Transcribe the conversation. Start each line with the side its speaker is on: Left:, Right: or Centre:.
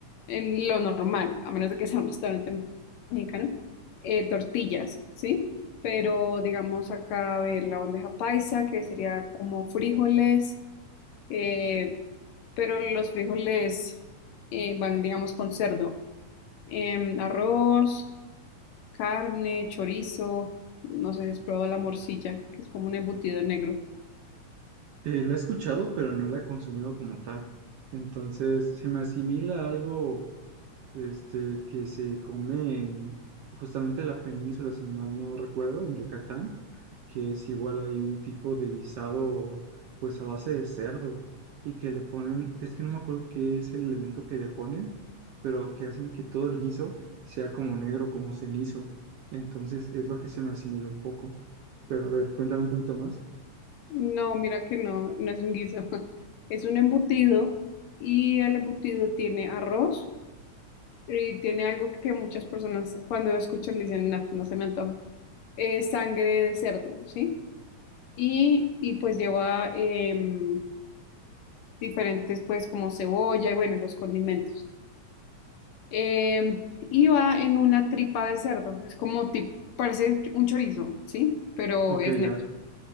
Left: en lo normal, a menos de que sea un restaurante mexicano, eh, tortillas, ¿sí? Pero digamos acá, a ver, la bandeja paisa, que sería como frijoles, eh, pero los frijoles eh, van, digamos, con cerdo, Em, arroz carne, chorizo, no sé si has probado la morcilla, que es como un embutido negro.
Right: Eh, la he escuchado, pero no la he consumido como tal. Entonces, se me asimila a algo este, que se come en justamente la península, si mal no recuerdo, en Yucatán, que es igual hay un tipo de guisado, pues a base de cerdo, y que le ponen, es que no me acuerdo qué es el elemento que le ponen, pero que hacen que todo el guiso sea como negro, como cenizo. Entonces, es lo que se me asimila un poco. Pero a ver, cuéntame un poquito más.
Left: No, mira que no, no es un guiso, <laughs> es un embutido y el embutido tiene arroz y tiene algo que muchas personas cuando lo escuchan dicen, no, no se me antoja, es sangre de cerdo, ¿sí? Y, y pues lleva em, diferentes pues como cebolla y bueno, los condimentos. Eh, y va en una tripa de cerdo. Es como, tip- parece un chorizo, ¿sí? Pero
Right: Ok,
Left: es negro,
Right: ya.